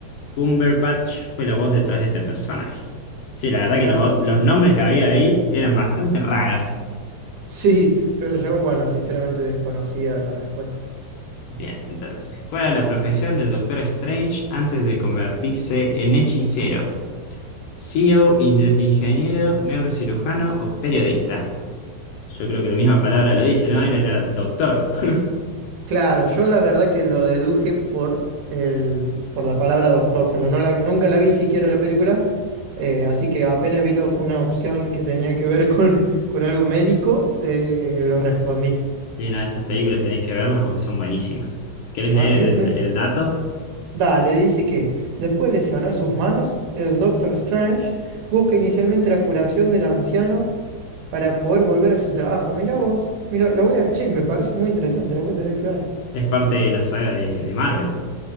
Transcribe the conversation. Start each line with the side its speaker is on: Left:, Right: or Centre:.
Left: Cumberbatch fue la voz detrás de este personaje. Sí, la verdad
Right: Mira,
Left: que los, ot- los nombres que había ahí eran bastante raros.
Right: sí, pero yo,
Left: Bien,
Right: bueno, sinceramente desconocía la respuesta.
Left: bien, entonces, ¿cuál era la profesión del Doctor Strange antes de convertirse en hechicero? CEO, inge- ingeniero, neurocirujano o periodista. Yo creo que la misma palabra lo dice, ¿no? Era, era doctor. <laughs>
Right: Claro, yo la verdad que lo deduje por el, por la palabra doctor, pero no la- nunca la vi siquiera la película, eh, así que apenas vi la- una opción que tenía que ver con, con algo médico, eh, lo respondí.
Left: Y una de esas películas tenés que verlas porque son buenísimas. ¿Querés
Right: Ah,
Left: leer
Right: sí,
Left: el,
Right: me-
Left: el dato?
Right: Dale, dice que después de lesionar sus manos, el Doctor Strange busca inicialmente la curación del anciano para poder volver a su trabajo. Mirá vos, mira, lo voy a, che, me parece muy interesante, lo voy a tener que ver.
Left: Es parte de la saga de, de Marvel.